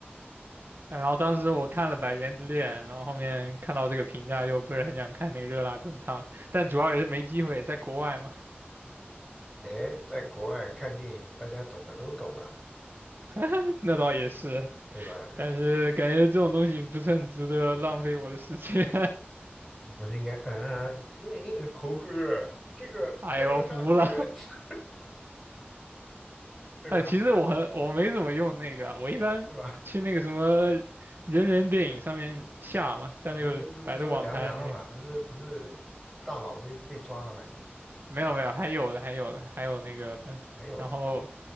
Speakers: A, on the right; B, in the centre.
A: 然后当时我看了《百元之恋》，然后后面看到这个评价，就不是很想看那个《热辣滚烫》，但主要也是没机会，在国外嘛。
B: 哎，在国外看电影，大家懂的都懂啊，
A: <laughs> 那倒也是，
B: 对吧？
A: 但是感觉这种东西不是很值得浪费我的时间。
B: 不是应该嗯嗯嗯，猴哥这个叉叉叉会员
A: <laughs> 哎呦，我服了！<laughs>
B: <laughs> 对吧？
A: 哎，其实我很我没怎么用那个啊，我一般去那个什么
B: 哦，是吧？
A: 人人电影上面下嘛，在那个百度网盘里面。
B: 人人不是说凉凉了嘛，不是不是大佬被被抓了吗？已经，
A: 没有没有，还有的还有的还有那个的，
B: 哎呦，
A: 然后